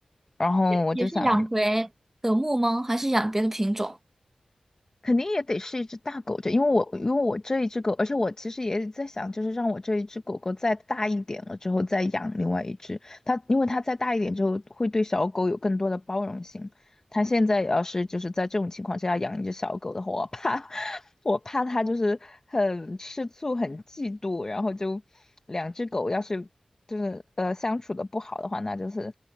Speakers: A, on the left; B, on the right.
A: 然后我就想，
B: 也是养回德牧吗？
A: 嗯
B: 还是养别的品种？
A: 肯定也得是一只大狗这，因为我因为我这一只狗，而且我其实也在想，就是让我这一只狗狗再大一点了之后再养另外一只。它因为它再大一点之后会对小狗有更多的包容性。它现在要是就是在这种情况下要养一只小狗的话，我怕 <laughs> 我怕它就是很吃醋、很嫉妒，然后就两只狗要是就是呃相处的不好的话，那就是